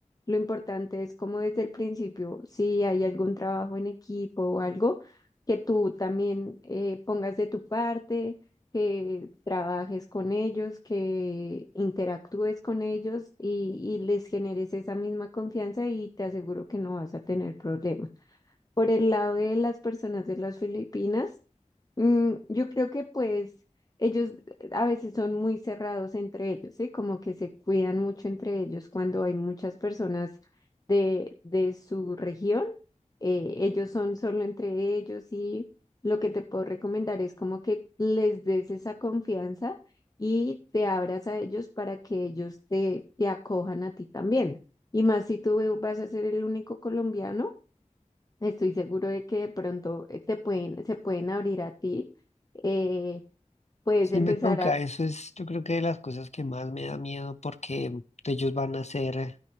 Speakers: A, on the left; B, on the left.
A: Lo importante es como desde el principio, si hay algún trabajo en equipo o algo, que tú también eh, pongas de tu parte, que trabajes con ellos, que interactúes con ellos y, y les generes esa misma confianza y te aseguro que no vas a tener problemas. Por el lado de las personas de las Filipinas, Mm, yo creo que pues ellos eh, a veces son muy cerrados entre ellos, ¿sí? Como que se cuidan mucho entre ellos cuando hay muchas personas de, de su región. eh, ellos son solo entre ellos y lo que te puedo recomendar es como que les des esa confianza y te abras a ellos para que ellos te, te acojan a ti también. Y más si tú vas a ser el único colombiano Estoy seguro de que de pronto eh, te pueden, se pueden abrir a ti. eh, puedes
B: Sí
A: empezar
B: me toca, eso es yo creo que de las cosas que más me da miedo porque ellos van a ser,